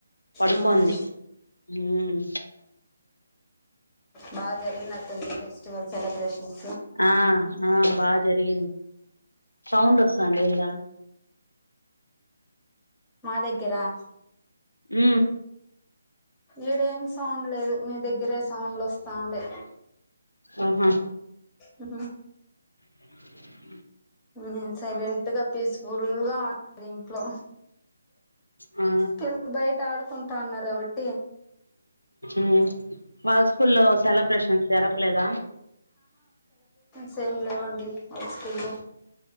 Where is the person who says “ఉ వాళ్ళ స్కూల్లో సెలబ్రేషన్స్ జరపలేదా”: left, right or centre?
Left